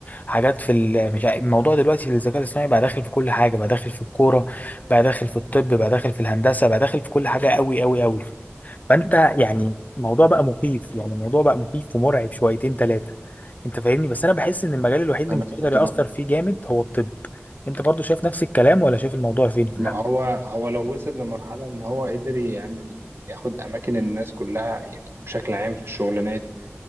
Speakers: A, on the left; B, on the right.
A: حاجات في ال- مش عارف- الموضوع دلوقتي في الذكاء الاصطناعي بقى داخل في كل حاجه بقى داخل في الكوره بقى داخل في الطب بقى داخل في الهندسه بقى داخل في كل حاجه قوي قوي قوي فانت يعني الموضوع بقى مخيف يعني الموضوع بقى مخيف ومرعب شويتين ثلاثه انت فاهمني بس انا بحس ان المجال الوحيد اللي
B: انا
A: مش هيقدر
B: فاهم
A: ياثر فيه جامد هو الطب انت برضو شايف نفس الكلام ولا شايف الموضوع فين في
B: ما هو هو لو وصل لمرحله ان هو قدر يعمل ياخد اماكن الناس كلها يعني بشكل عام في الشغلانات